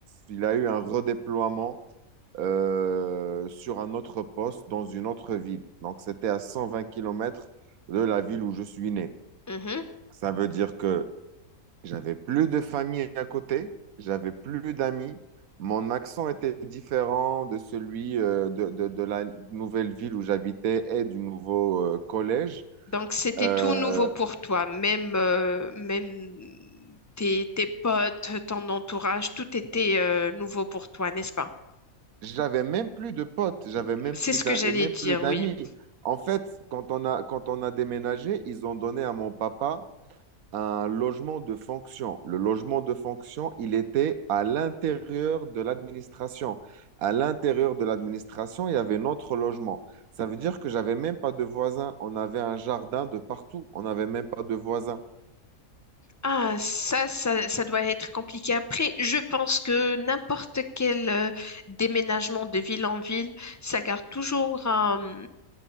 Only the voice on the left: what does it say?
mhm.
Donc c'était
tout nouveau pour toi, même, euh, même tes, tes potes, ton entourage, tout était euh, nouveau pour toi, n'est-ce pas?
C'est
ce
que j'allais
dire,
oui.
Ah, ça, ça, ça doit être compliqué. Après, je pense que n'importe quel euh, déménagement de ville en ville, ça garde toujours un,